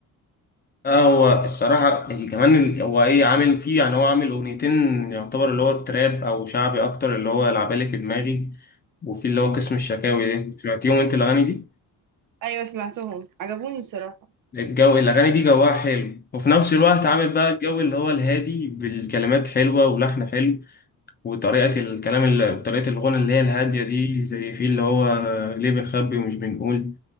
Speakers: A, on the left; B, on the right.
A: اه هو الصراحة ال- كمان ال- هو ايه عامل فيه يعني هو عامل اغنيتين يعتبر اللي هو التراب او شعبي اكتر اللي هو لعبالي في دماغي وفي اللي هو قسم الشكاوي ده سمعتيهم انت الاغاني دي؟
B: أيوة سمعتهم عجبوني الصراحة
A: الجو الأغاني دي جواها حلو وفي نفس الوقت عامل بقى الجو اللي هو الهادي بالكلمات حلوة ولحن حلو وطريقة الكلام اللي وطريقة الغنى اللي هي الهادية دي زي في اللي هو ليه بنخبي ومش بنقول